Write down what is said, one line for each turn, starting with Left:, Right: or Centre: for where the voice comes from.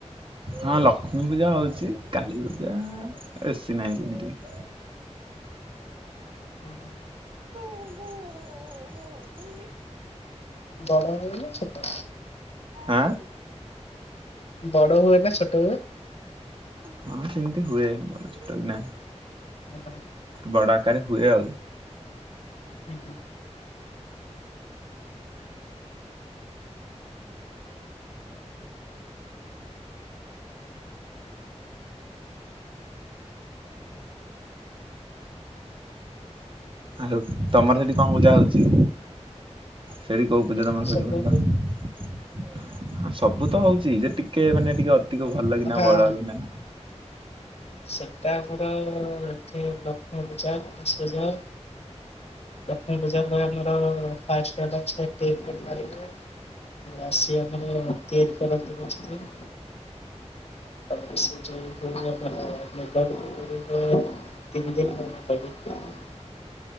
Right: ହଁ ଲକ୍ଷ୍ମୀ ପୂଜା ହଉଚି କାଳୀ ପୂଜା ବେଶୀ ନାହିଁ ଏମିତି।
Left: ହୁଁ ହୁଁ।
Right: <unintelligible>
Left: ବଡ଼ ହୁଏ ନା ଛୋଟ।
Right: ଆଁ।
Left: ବଡ ହୁଏ ନା ଛୋଟ ହୁଏ।
Right: ହଁ ସେମିତି ହୁଏ ବଡ଼ ଛୋଟ ବିନା
Left: ଓହୋ
Right: ବଡ ଆକାରରେ ହୁଏ ଆଉ।
Left: ହୁଁ ହୁଁ।
Right: ଆଉ ତମର ସେଠି କଣ ପୂଜା ହଉଚି। ସେଠି କଉ ପୁଜା
Left: ତ
Right: ହୁଏ
Left: ସବୁ
Right: ଯେ ତମର ଭଲ। ସବୁ ତ ହଉଛି ଯେ ଟିକେ ମାନେ ଟିକେ ଅଧିକ ଭଲ କିନା
Left: ହଁ।
Right: ବଡ କିନା।
Left: ସେଟା ପୁରା ଏଠି ଲକ୍ଷ୍ମୀ ପୂଜା ଗଣେଶ ପୂଜା। ଲକ୍ଷ୍ମୀ ପୂଜା ଭ ଆମର <unintelligible> ଆସି ଆମର ତିଆରି କରନ୍ତି ମସ୍ତେ। ତାପରେ ସେଇଠ ହ ଆ ଦତିନ ଦିନ ଦ